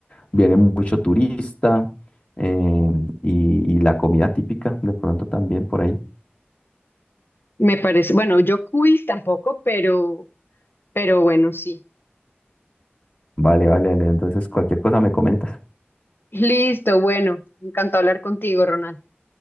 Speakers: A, on the left; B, on the left.
A: viene mucho turista, eh, y, y la comida típica de pronto también por ahí.
B: Me parece, bueno, yo quiz tampoco, pero, pero bueno, sí.
A: Vale, vale, vale, entonces cualquier cosa me comentas.
B: Listo, bueno, encantado hablar contigo, Ronald.